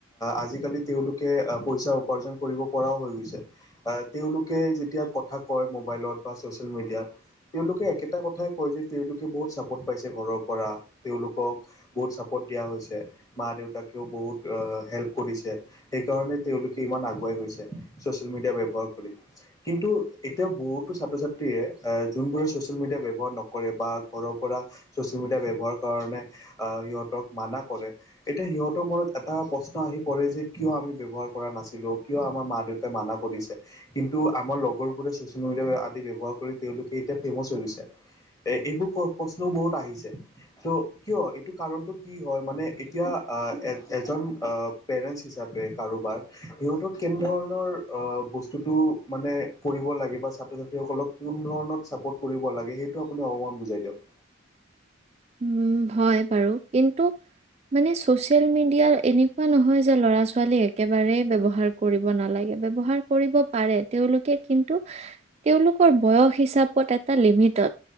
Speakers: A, on the left; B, on the right.
A: আজিকালি তেওঁলোকে পইচা উপাৰ্জন কৰিব পৰাও হৈ গৈছে। তেওঁলোকে যেতিয়া কথা কয় মোবাইলত বা ছচিয়েল মিডিয়াত, তেওঁলোকে একেটা কথাই কয় যে তেওঁলোকে বহুত চাপোৰ্ট পাইছে ঘৰৰ পৰা তেওঁলোকক বহুত চাপোৰ্ট দিয়া হৈছে। মা দেউতাকেও বহুত হেল্প কৰিছে, সেইকাৰণে তেওঁলোকে ইমান আগুৱাই গৈছে, ছচিয়েল মিডিয়া ব্যৱহাৰ কৰি। কিন্তু এতিয়া বহুতো ছাত্ৰ ছাত্ৰীয়ে যোনবোৰে ছচিয়েল মিডিয়া ব্যৱহাৰ নকৰে বা ঘৰৰ পৰা ছচিয়েল মিডিয়া ব্যৱহাৰৰ কাৰণে সিহঁতক মানা কৰে, এতিয়া সিহঁতৰ মনত এটা প্ৰশ্ন আহি পৰে যে কিয় আমি ব্যৱহাৰ কৰা নাছিলো, কিয় আমাৰ মা দেউতাই মানা কৰিছে, কিন্তু আমাৰ লগৰ বোৰে ছচিয়েল মিডিয়া আদি ব্যৱহাৰ কৰি তেওঁলোকে এতিয়া ফেমাচ হৈ গৈছে। এ এইবোৰ প্ৰশ্নও বহুত আহিছে। ত কিয় এইটো কাৰণটো কি হয় মানে, এতিয়া এ এজন পেৰেন্ট হিচাপে কাৰোবাৰ সিহঁতক কেনে ধৰণৰ আহ বস্তুটো মানে কৰিব লাগে বা ছাত্ৰ ছাত্ৰীসকলক কোন ধৰণত চাপৰ্ট কৰিব লাগে সেইটো আপুনি অকমান বুজাই দিয়ক।
B: উম হয় বাৰু, কিন্তু মানে চচিয়েল মিডিয়া এনেকুৱা নহয় যে ল'ৰা ছোৱালী একেবাৰে ব্যৱহাৰ কৰিব নালাগে। ব্যৱহাৰ কৰিব পাৰে তেওঁলোকে কিন্তু তেওঁলোকৰ বয়স হিচাপত এটা লিমিটত